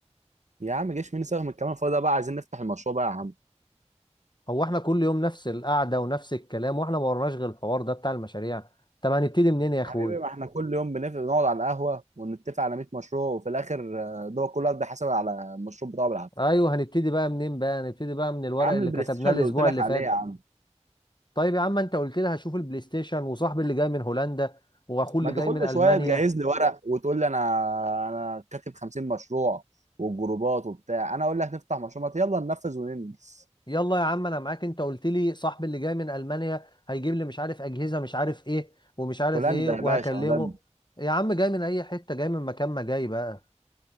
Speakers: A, on the right; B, on the left.
A: يا عم جيش مين يساغم الكلام الفاضي ده بقى عايزين نفتح المشروع بقى يا عم
B: هو احنا كل يوم نفس القعده ونفس الكلام واحنا ما ورناش غير الحوار ده بتاع المشاريع طب هنبتدي منين يا اخوي
A: حبيبي ما احنا كل يوم بنف- بنقعد على القهوة ونتفق على 100 مشروع وفي الآخر آه، ده كل واحد بيحاسب على المشروع بتاعه بالعافية
B: ايوه هنبتدي بقى منين بقى هنبتدي بقى من الورق
A: يا عم
B: اللي
A: البلاي
B: كتبناه
A: ستيشن اللي
B: الاسبوع
A: قلت لك
B: اللي
A: عليه
B: فات
A: يا عم
B: طيب يا عم انت قلت لي هشوف البلاي ستيشن وصاحبي اللي جاي من هولندا واخوه
A: ما
B: اللي
A: انت
B: جاي
A: كل
B: من المانيا
A: شوية تجهز لي ورق وتقول لي انا انا كاتب 50 مشروع والجروبات وبتاع انا اقول لك نفتح مشروع ما يلا ننفذ وننجز
B: يلا يا عم انا معاك انت قلت لي صاحبي اللي جاي من المانيا هيجيب لي مش عارف اجهزه مش عارف ايه ومش عارف
A: هولندا
B: ايه وهكلمه
A: يا باشا هولندا
B: يا عم جاي من اي حته جاي من مكان ما جاي بقى